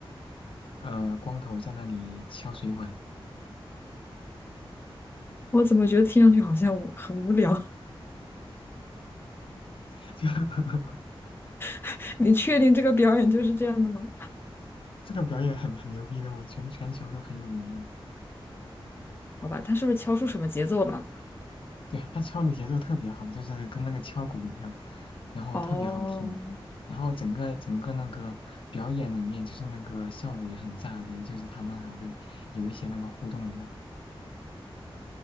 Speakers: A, on the left; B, on the left.
A: 呃，光头在那里敲水管，
B: 我怎么觉得听上去好像我很无聊？
A: <laughs> 就
B: <laughs> 你确定这个表演就是这样的吗？
A: 这个表演很很牛逼的，我全全球都很有名的。
B: 好吧，他是不是敲出什么节奏了？
A: 对啊，他敲的节奏特别好，就是跟那个敲鼓一样，然后特别好听。
B: 哦，
A: 然后整个整个那个表演里面，就是那个效果也很炸裂，就是他们还会有一些那个互动的。